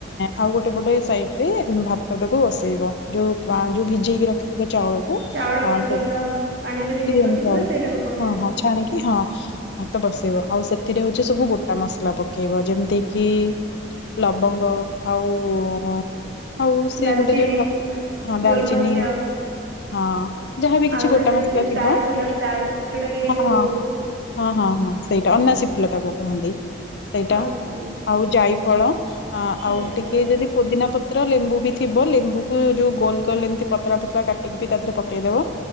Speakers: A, on the left; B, on the right.
A: ଆଉ ଗୋଟେ ପଟେ ସାଇଡରେ ଭ ଭାତଟା କୁ ବସେଇବ ଯୋଉ, ଯୋଉ ଭିଜେଇକି ରଖିଥିବା ଚାଉଳକୁ
B: ଚାଉଳ
A: ଆ
B: ଟା
A: ସେ
B: ଯୋଉଟା ପାଣିରେ ଭିଜେଇକି
A: ବିରିୟାନୀ
B: ରଖିଥିବା
A: ହଁ,
B: ସେଇଟାକୁ ପକେଇବା
A: ହଁ ଛାଣିକି ହଁ। ହଁ ଭାତ ବସେଇିବ ଆଉ ସେ ଏଥିରେ ହଉଛି ସବୁ ଗୋଟା ମସଲା ପକେଇବ ଯେମିତି କିି ଲବଙ୍ଗ ଆଉ ହଉ ସେ
B: ଡାଲଚିନି
A: ଗୋଟେ ଯୋଉ ହଁ ଡାଲଚିନି
B: ଗୋଲମରିଚ
A: ହଁ ଯାହାବି କିଛି
B: ଆଉ ସେ
A: ଗୋଟା
B: ଯୋଉ
A: ମସଲା
B: ଷ୍ଟାର
A: ହଁ,
B: ଫୁଲ ଷ୍ଟାର ଫୁଲ ଯୋଉଟା କି
A: ହଁ,
B: ଯୋଉ
A: ହଁ, ହଁ, ହଁ, ହଁ ସେଇଟା ଅନାସୀ ଫୁଲ ତାକୁ କହନ୍ତି। ସେଇଟା।
B: ହଁ ସେଇ
A: ଆଉ ଯାଇ ଫଳ ହ ଆଉ
B: ଯାଇ
A: ଟିକେ
B: ଫଳ
A: ଯଦି ପୋଦିନା ପତ୍ର ପତ୍ର ଲେମ୍ବୁ ବି ଥିବ ଲେମ୍ବୁକୁ ଯୋଉ ଗୋଲ କଲେ ଏମିତି ପତଳା ପତଳା କାଟିକି ତାଥେର ରେ ପକେଇଦବ।